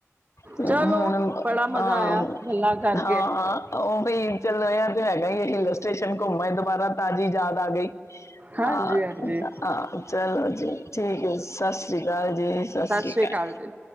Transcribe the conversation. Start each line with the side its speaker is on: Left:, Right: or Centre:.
Left: ਤੇ
Right: ਚਲੋ
Left: ਹੁਣ ਹਾਂ
Right: ਬੜਾ ਮਜ਼ਾ ਆਇਆ ਗੱਲਾਂ ਕਰਕੇ
Left: ਹਾਂ ਹਾ ਉਹ ਭਈ ਚਲੋ ਇਹਾਰ ਤੇ ਹੈਗਾ ਈ ਏ ਹਿਲ ਸਟੇਸ਼ਨ ਘੁੰਮ ਅਏ ਦੁਬਾਰਾ ਤਾਜੀ ਯਾਦ ਆ ਗਈ
Right: ਹਾਂਜੀ
Left: ਆਂ
Right: ਹਾਂਜੀ
Left: ਆਂ ਚਲੋ ਜੀ ਠੀਕ ਐ ਸਸ੍ਰੀ ਕਾਲ ਜੀ ਸਸ੍ਰੀ
Right: ਸਤਿ ਸ਼੍ਰੀ
Left: ਕਾਲ।
Right: ਅਕਾਲ ਜੀ